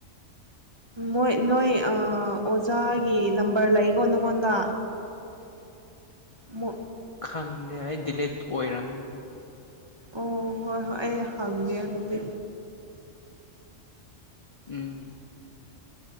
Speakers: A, on the right (about 25°); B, on the left (about 35°).
A: ꯃꯣꯏ ꯅꯣꯏ ꯑꯣꯖꯥꯒꯤ ꯅꯝꯕꯔ ꯂꯩꯀꯣ ꯅꯪꯉꯣꯟꯗ ꯃ
B: ꯈꯪꯗꯦ ꯑꯩ ꯗꯤꯂꯦꯠ ꯑꯣꯏꯔꯝꯗꯦ
A: ꯑꯣ ꯍꯣꯏ ꯍꯣꯏ ꯑꯩ ꯍꯪꯗꯦ ꯑꯗꯨꯗꯤ
B: ꯎꯝ